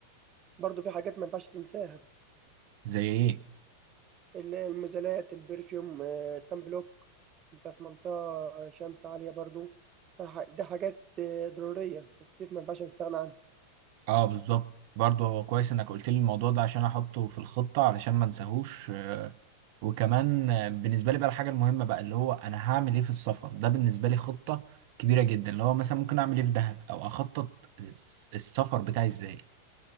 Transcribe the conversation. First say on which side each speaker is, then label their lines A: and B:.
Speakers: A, on the right; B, on the right.
A: برضو في حاجات ما ينفعش تنساها
B: زي ايه
A: ال- المزالات البرفيوم آه، سان بلوك انت في منطقه شمس عاليه برضو فدي حاجات آه، ضروريه في الصيف ما ينفعش نستغنى عنها
B: اه بالظبط برضه هو كويس انك قلت لي الموضوع ده عشان احطه في الخطة علشان ما انساهوش آه، وكمان آه، بالنسبة لي بقى الحاجة المهمة بقى اللي هو انا هعمل ايه في السفر ده بالنسبة لي خطة كبيرة جدا اللي هو مثلا ممكن اعمل ايه في دهب او اخطط الس- السفر بتاعي ازاي